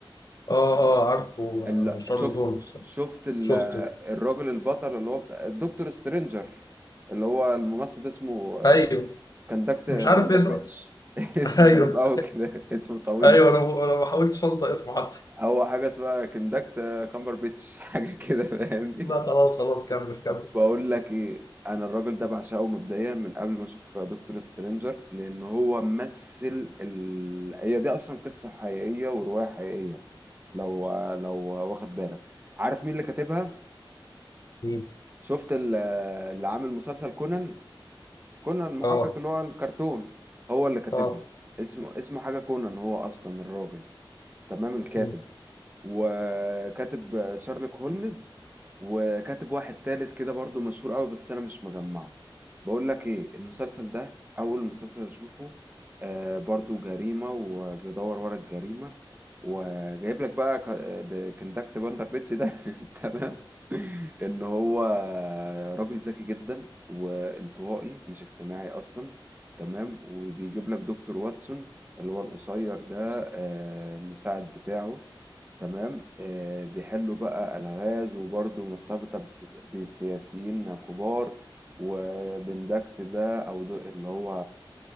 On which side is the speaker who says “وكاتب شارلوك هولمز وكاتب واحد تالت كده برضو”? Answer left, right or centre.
Right